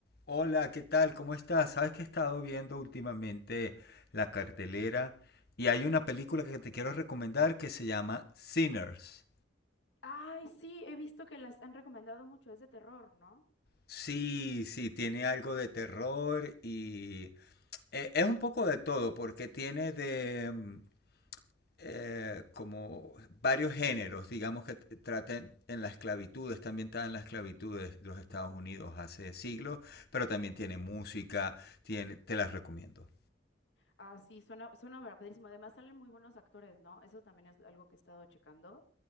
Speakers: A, on the left; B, on the left.
A: Hola, ¿qué tal? ¿Cómo estás? Sabes que he estado viendo últimamente la cartelera y hay una película que te quiero recomendar que se llama Sinners.
B: Ay, sí, he visto que las han recomendado mucho, es de terror, no
A: Sí, sí, tiene algo de terror y eh, es un poco de todo porque tiene de mm, eh, como varios géneros, digamos que t- trata en la esclavitud, está ambientada en la esclavitud de los Estados
B: Ujú,
A: Unidos hace siglos, pero también
B: ujú.
A: tiene música, tiene, te las recomiendo.
B: Ah, sí, suena, suena verdadísimo. Además salen muy buenos actores, ¿no? Eso también es algo que he estado checando,